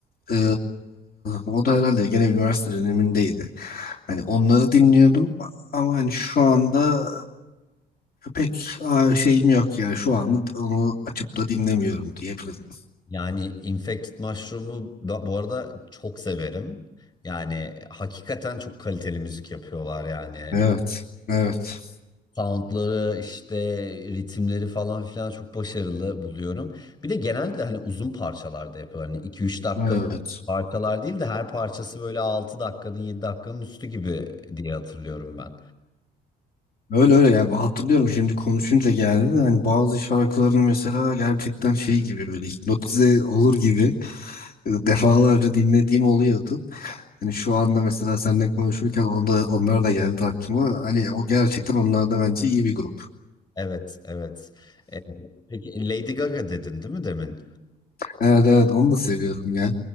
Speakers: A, on the left (about 60°); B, on the left (about 25°).
A: Ee, o da herhalde gene üniversite dönemindeydi. Hani onları dinliyordum ama hani şu anda Pek aa, şeyim yok yani şu anda onu açıp da dinlemiyorum diyebilirim.
B: Yani infected mushroom'u da- bu arada çok severim. Yani hakikaten çok kaliteli müzik yapıyorlar yani.
A: Evet, evet,
B: Soundları işte ritimleri falan filan çok başarılı buluyorum. Bir de genelde hani uzun parçalarda yapıyorlar. Hani iki üç dakikalık
A: evet.
B: parçalar değil de her parçası böyle altı dakikanın 7 dakikanın üstü gibi diye hatırlıyorum ben.
A: Öyle öyle yani ben hatırlıyorum şimdi konuşunca geldi de hani bazı şarkılarını mesela gerçekten şey gibi böyle hipnotize olur gibi e, defalarca dinlediğim oluyordu. Hani şu anda mesela seninle konuşurken onda, onlar da geldi aklıma. Hani o gerçekten onlar da bence iyi bir grup.
B: Evet, evet. Peki Lady Gaga dedin değil mi demin?
A: Evet evet onu da seviyorum ya.